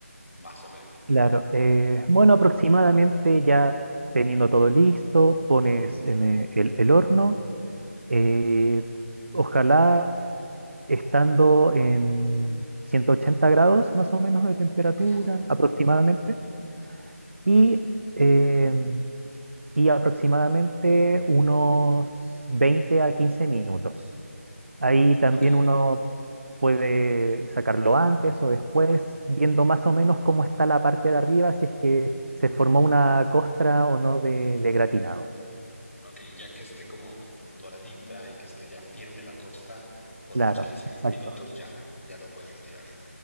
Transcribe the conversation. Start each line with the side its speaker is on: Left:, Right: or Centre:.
Left: más o menos.
Right: Claro, eh, bueno, aproximadamente ya teniendo todo listo, pones en e- el, el horno, eh, ojalá estando en 180 grados más o menos de temperatura
Left: Ujú,
Right: aproximadamente. y, eh, y aproximadamente unos 20 a 15 minutos. Ahí también
Left: Ok,
Right: uno puede sacarlo antes o después, viendo más o menos cómo está la parte de arriba, si es que se formó una costra o no de, de gratinado.
Left: ok, ya que esté como doradita y que esté ya firme la costra, con
Right: Claro,
Left: unos 15
Right: exacto,
Left: minutos ya, ya lo puedes retirar.